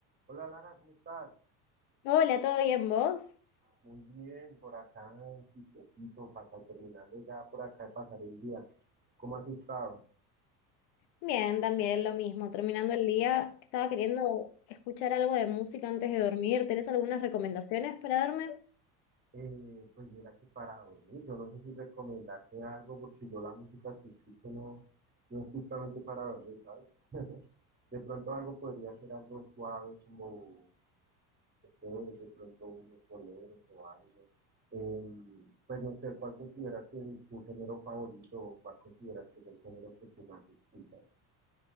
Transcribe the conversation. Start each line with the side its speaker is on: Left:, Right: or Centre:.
Right: Hola Lara, ¿cómo estás?
Left: Hola, ¿todo bien vos?
Right: Muy bien, por acá en sitiocito, para terminando ya por acá de pasar el día. ¿Cómo has estado?
Left: Bien, también lo mismo. Terminando el día, estaba queriendo escuchar algo de música antes de dormir. ¿Tenés algunas recomendaciones para darme?
Right: Eh, pues mira que para dormir, yo no sé si recomendarte algo porque yo la música que escucho no, no es justamente para dormir, ¿sabes? De pronto algo podría ser algo suave como, no sé, de pronto unos boleros o algo. Em, pues no sé, ¿cuál consideras que es tu género favorito o cuál consideras que es el género que tú más escuchas?